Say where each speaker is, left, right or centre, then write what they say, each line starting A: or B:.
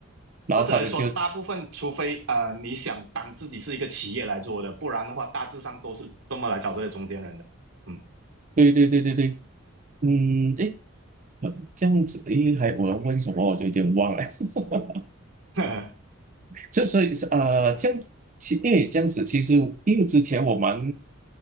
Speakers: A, on the right (about 35°); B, on the right (about 85°).
A: 然后他们就，
B: 或者来说大部分，除非呃你想当自己是一个企业来做的，不然的话大致上都是这么来找这些中间人的，嗯
A: 对对对对对，嗯，诶，这样子，诶，还我要问什么，我就有点忘了。<laughs>
B: <laughs>
A: 就所以是呃，这样其因为这样子，其实因为之前我蛮